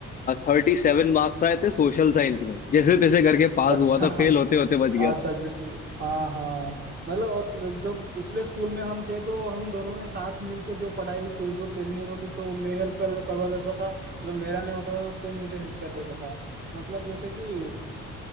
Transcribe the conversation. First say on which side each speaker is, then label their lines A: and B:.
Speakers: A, on the left; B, on the right.
A: थर्टी सेवन मार्क्स आए थे सोशल साइंस में जैसे तैसे करके पास
B: अच्छा
A: हुआ था फेल होते होते बच गया
B: अच्छा
A: था
B: जिस हाँ हाँ मतलब और जो पिछले स्कूल में हम थे तो हम दोनों ने साथ मिलके जो पढ़ाई तू जो तेरी नहीं होती तो मैं हेल्प कर करवा देता था जो मेरा नहीं होता था तो मुझे हेल्प कर देता था मतलब जैसे कि